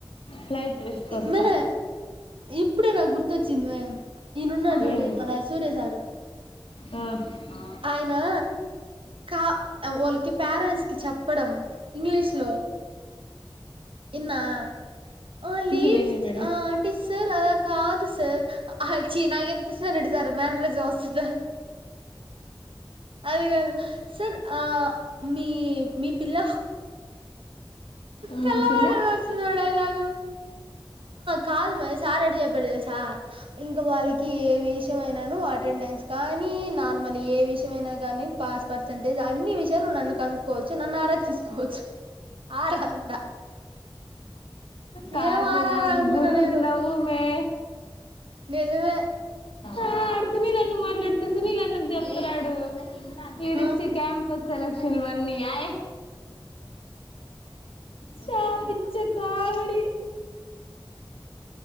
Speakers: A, on the left; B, on the right.
A: ఫ్లైట్ రేస్క వస్తా
B: మే ఇప్పుడే నాకు గుర్తొచ్చిందివే ఈయన ఉన్నాడు చూడు
A: ఏం-
B: మన సూర్య సారు
A: ఆ, ఆ,
B: ఆయనా కా వాళ్ళకి పేరెంట్స్ కి చెప్పడం ఇంగ్లీష్ లో ఇన్నా ఆ లేదు
A: ఏను
B: స-
A: మేడం
B: ఆ అంటే సార్ అలా కాదు సార్ ఆ, ఛీ నాకేంత కృష్ణారెడ్డి సార్ మేనరిజం వస్తదా అది కాదు సార్ మీ మీ పిల్ల
A: ఉమ్,
B: తెల
A: పిల్ల
B: వాడేసిందిడలాగ కాదు మరి సార్ రెడీ చెప్పారు తెలుసా ఇంకా వాళ్ళకి ఏ విషయం అయినాను అటెండెన్స్ కానీ నార్మల్ ఏ విషయ అయినా కానీ పాస్ పర్సంటేజ్ అన్ని విషయాలు నన్ను కనుకోవచ్చు నన్ను ఆ తీసుకోవచ్చు ఆరాంట
A: కాదు
B: ఏం ఆరాల
A: నాకు
B: అనుకున్నా
A: గురువుది
B: నేను
A: నవ్వు మే
B: నిజమే
A: ఆ ఆడు సునీల్ అన్న మాట్లాడితే సునీల్ అన్నకు చెప్తన్నాడు, ఇడిచ్చే
B: ఆ
A: క్యాంపస్. సెలక్షన్ వన్నీ <inaudible> శ పిచ్చ కామిడీ